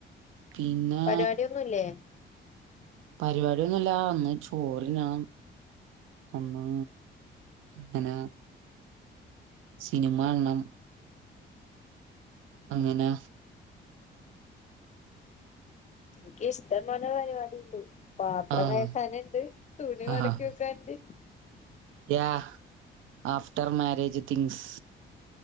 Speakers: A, on the right; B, on the left.
A: പിന്നെ
B: പരിപാടി ഒന്നുല്ലേ
A: പരിപാടിയൊന്നുല്ല ഒന്ന് ചോറിനാനണം ഒന്നാ ഇങ്ങന സിനിമണ്ണം അങ്ങനെ
B: ൻക്ക് ഇഷ്ടം പോലെ പരിപാടിണ്ട് പാത്ര
A: ആഹ്
B: കൈകാനിണ്ട് തുണി
A: ആഹ്
B: മടക്കി വെക്കാൻണ്ട്
A: യാ ആഫ്റ്റർ മാരേജ് തിങ്സ്